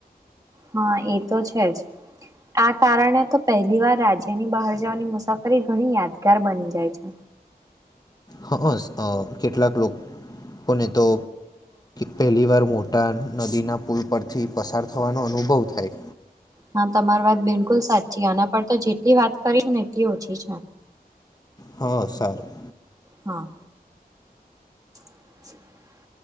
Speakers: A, on the right; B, on the left.
A: હા એ તો છે જ આ કારણે તો પહેલી વાર રાજ્યની બહાર જવાની મુસાફરી ઘણી યાદગાર બની જાય છે
B: હ કેટલાક લોકોને તો પહેલી વાર મોટા નદીના પુલ પરથી પસાર થવાનો અનુભવ થાય
A: હા તમાર વાત બિલકુલ સાચી આના પર તો જેટલી વાત કરી ને કે ઓ છેી જ
B: હા સાચું
A: હા <unintelligible> <inaudible>